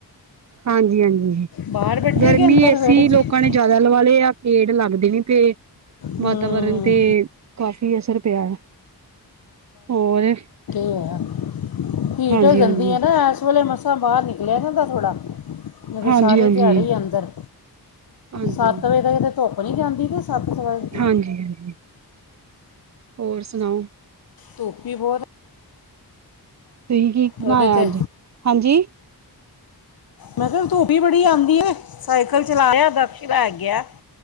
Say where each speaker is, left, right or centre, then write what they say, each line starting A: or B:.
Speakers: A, on the right (about 45°); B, on the left (about 60°).
A: ਹਾਂਜੀ, ਹਾਂਜੀ
B: ਬਾਹਰ ਬੈਠੇ
A: ਗਰਮੀ
B: ਕਿ ਅੰਦਰ
A: ਏਸੀ
B: ਵਿਹੜੇ 'ਚ
A: ਲੋਕਾਂ ਨੇ ਜ਼ਿਆਦਾ ਲਵਾ ਲਏ ਆ, ਪੇੜ ਲੱਗਦੇ ਨੀ ਪਏ,
B: ਹੂੰ
A: ਵਾਤਾਵਰਨ ਤੇ ਕਾਫ਼ੀ ਅਸਰ ਪਿਆ ਹੈ ਹੋਰ
B: ਕੀ ਹੋਇਆ। ਹੀਟ
A: ਹਾਂਜੀ
B: ਹੋ ਜਾਂਦੀ
A: ਹਾਂਜੀ
B: ਏ ਨਾ ਐਸ ਵੇਲੇ ਮ ਉੱਥੋਂ ਬਾਹਰ ਨਿਕਲਿਆ ਨੀ ਹੁੰਦਾ ਥੋੜ੍ਹਾ ਇਹ ਤੇ
A: ਹਾਂਜੀ
B: ਸਾਰੀ
A: ਹਾਂਜੀ
B: ਦਿਹਾੜੀ ਅੰਦਰ
A: ਹਾਂਜੀ
B: ਸੱਤ ਵਜੇ ਤੱਕ ਤੇ ਧੁੱਪ ਨੀ ਜਾਂਦੀ ਤੇ ਵਜੇ
A: ਹਾਂਜੀ, ਹਾਂਜੀ। ਹੋਰ ਸੁਣਾਓ।
B: ਧੂਪ ਹੀ ਬਹੁਤ ਐ।
A: ਤੁਸੀਂ ਕੀ ਬਣਾਇਆ
B: ਉਹਦੇ ਤੇ
A: ਅੱਜ, ਹਾਂਜੀ।
B: ਮੈਂ ਕਿਹਾ ਧੁੱਪ ਹੀ ਬੜੀ ਆਂਦੀ ਏ। ਸਾਈਕਲ ਚਲਾਇਆ -ਦਕਸ਼ ਲੈ ਗਿਆ।